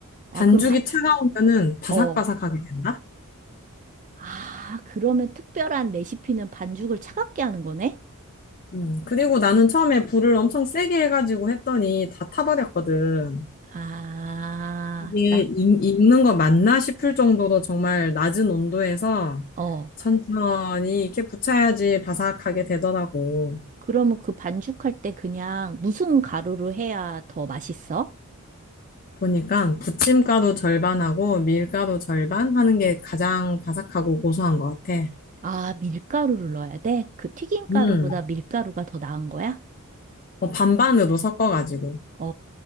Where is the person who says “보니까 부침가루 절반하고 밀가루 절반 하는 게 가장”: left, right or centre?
Left